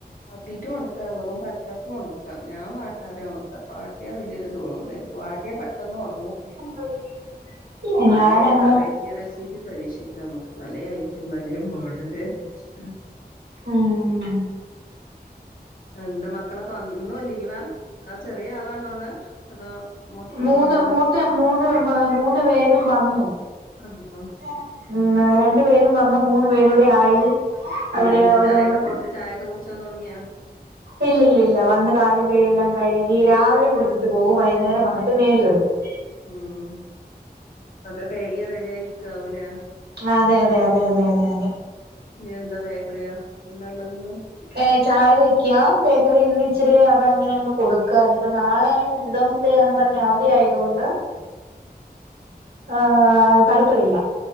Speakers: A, on the left; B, on the right.
A: വാട്ടീറ്റും ഉണക്ക വെറും പചക്കും ഉണക്കാ ഞാൻ വാട്ടാതെ ഉണക്കാ. വാട്ടിയാൽ വലിയൊരുത് ത്തോണു ലെ വാട്ടിയ പെട്ടെന്ന് ഉണങ്ങും.
B: <unintelligible>
A: പലേ
B: ഞാനങ്ങ്
A: വെറൈറ്റി റെസി- ഇത് പരീക്ഷിക്ക മ്മക്ക് പലേ ഐറ്റം പലേ മോഡല് ഹ് ഹ്
B: ഊം.
A: എന്തമക്കളൊക്കെ വന്നു ലീവാ അതൊ ചെറിയ ആളാണവടെ അതോ? മ മോൻ
B: മൂന്ന്
A: വന്നാ
B: മൂത്ത മൂന്ന് മ് മൂന്ന് പേരും വന്നു.
A: ആണോ
B: <inaudible> ഉം ആ... രണ്ടു പേരും വന്നു മൂന്ന് പേരൂടെ ആയി അവര്
A: ഞ് എന്ത
B: ഓരോന്ന്
A: ചായൊക്കെ കൊടുത്ത് ചായയൊക്കെ കുടിച്ചാൻ തുടങ്ങിയാ?
B: ഇല്ലില്ലില്ല വന്ന് കാലും കൈെല്ലാം കഴുകി രാവിലെ കുളിച്ചിട്ട് പോകും വൈകുന്നേരം വന്നിട്ട് മേല് കഴും. <inaudible>
A: ഊം. ഒക്കെ കഴ്കി റെഡി ആയിരിക്കാവൂ ലെ? <inaudible>
B: അതെ അതെ അതെ അതെ അതെ അതെ
A: ഇനി എന്താ ബേക്കറിയാ? എന്താ ള്ളത് ന്ന്
B: ഏ ചായ വെക്കയാ. ബേക്കറി ഇന്ന് ഇച്ചിരി അതഅങ്ങനെ അങ്ങ് കൊടുക്കാ ഇനി ഇപ്പ നാളെ <inaudible> സെന്റ് തോമസ് സേ ആന്ന് പറഞ് അവതി ആയതുകൊണ്ട്. <unintelligible>
A: <unintelligible>
B: <inaudible> ആ... പഠിത്തമില്ല.